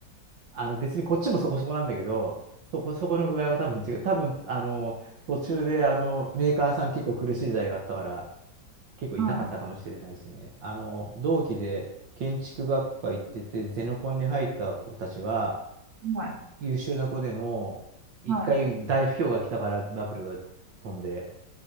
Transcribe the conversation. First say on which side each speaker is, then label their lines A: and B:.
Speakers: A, on the right; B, on the right.
A: あの別にこっちもそこそこなんだけど、そこそこの具合は多分違う。多分、あの、途中であの、メーカーさん結構苦しい時代があったから、結構痛かったかもしれないですね。
B: は
A: あの、同期で建築学科行ってて、ゼノコンに入った子たちは、
B: い、はい、
A: 優秀な子でも、一回大不況が来たからバブルが飛んで、
B: はい、